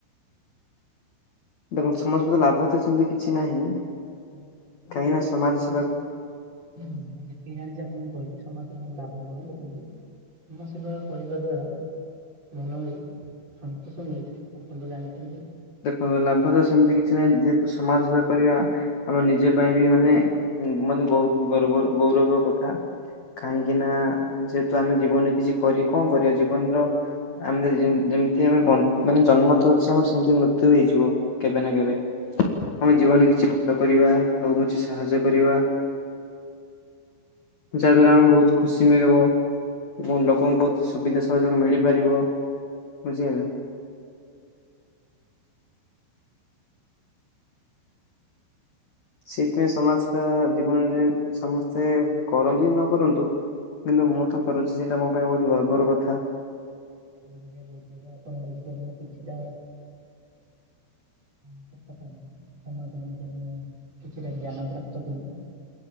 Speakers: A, on the left; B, on the right.
A: ଦେଖନ୍ତୁ
B: ସମାଜ
A: ସମଜ ସେବା ରେ ଲାଭ ତ ସେମିତି କିଛି ନାହିଁ
B: <unintelligible>
A: କାହିଁକି ନା ସମାଜ
B: ଏ
A: ସେବା
B: ଜାଣିଛି ଆପଣଙ୍କୁ କହିବି ସମାଜସେବାର ଲାଭ କଣ ଦେଖନ୍ତୁ ସମାଜସେବା କରିବା ଦ୍ଵାରା ମନରେ ସନ୍ତୋଷ ମିଳିଥାଏ ଆପଣ ତ ଜାଣିପାରିବେ।
A: ଦେଖନ୍ତୁ ଲାଭ ତ ସେମିତି କିଛି ନାହିଁ ଯେହେତୁ ସମାଜ ସେବା କରିବା ଆମ ନିଜ ପାଇଁ ବି ମାନେ ମାନେ ବହୁତ ଗର୍ବ ଗୌରବର କଥା। କାହିଁକିନା ଯେହେତୁ ଆମେ ଜୀବନରେ କିଛି କରି କଣ କରିବା ଜୀବନର ଆମେ ଜେମ୍ ଯେମିତି ଆମେ ମାନେ ବଞ୍ଚ ଜନ୍ମ ତ ଅଛି ଆମର ସେମିତି ମୃତ୍ୟୁ ହେଇଯିବ କେବେ ନା କେବେ। ଆମ ଜୀବନରେ କିଛି ଭଲ କରିବା ଲୋକଙ୍କୁ କିଛି ସାହାଯ୍ୟ କରିବା। ଯାହା ଦ୍ଵାରା ଆମେ ବହୁତ ଖୁସି ମିଳିବ। ଏବଂ ଲୋକଙ୍କପ୍ରତି ବହୁତ ସୁବିଧା ସହଯୋଗ ମିଳିପାରିବ ବୁଝିହେଲା। ସେଇଥିପାଇଁ ସମାଜବା ଜୀବନରେ ସମସ୍ତେ କରନ୍ତୁ କି ନ କରନ୍ତୁ କିନ୍ତୁ ମୁଁ ତ କରୁଛି ସେଇଟା ମୋ ପାଇଁ ବହୁତ ଗର୍ବର କଥା।
B: <inaudible> ଆପଣ ବୁଝିପାରିବେ ନା କିଛି ଟାଉର୍ <unintelligible> <unintelligible> ତମେ କେମିତି ଜାଣିଲ ମୁଁ କିଛିଟା ଜ୍ଞାନ ପ୍ରାପ୍ତ କଲି